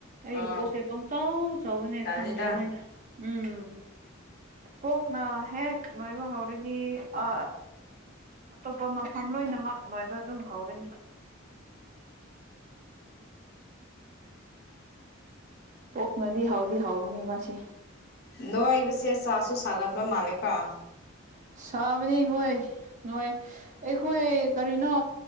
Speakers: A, on the right; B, on the left.
A: ꯑꯩꯒꯤ
B: ꯑ
A: ꯄꯣꯠꯁꯦ ꯄꯪꯆꯧ ꯆꯥꯎꯅꯦ
B: ꯇꯜꯂꯤꯗ
A: ꯈꯪꯗ꯭ꯔꯤ ꯃꯣꯏꯅ ꯎꯝ ꯄꯣꯛꯅ ꯍꯦꯛ ꯅꯣꯏꯕꯨ ꯍꯧꯔꯗꯤ ꯑ ꯑꯇꯣꯞꯄ ꯃꯐꯝ ꯂꯣꯏꯅꯃꯛ ꯂꯣꯏꯕ ꯑꯗꯨꯝ ꯍꯧꯔꯅꯤ ꯄꯣꯛꯅꯗꯤ ꯍꯥꯎꯗꯤ ꯍꯥꯎꯕꯅꯦꯕꯁꯤ
B: ꯅꯣꯏ ꯏꯕꯁꯦ ꯆꯥꯁꯨ ꯁꯥꯒꯠꯕ ꯃꯥꯂꯀꯣ
A: ꯁꯥꯕꯅꯤ ꯍꯣꯏ ꯅꯣꯏ ꯑꯩꯈꯣꯏ ꯀꯔꯤꯅꯣ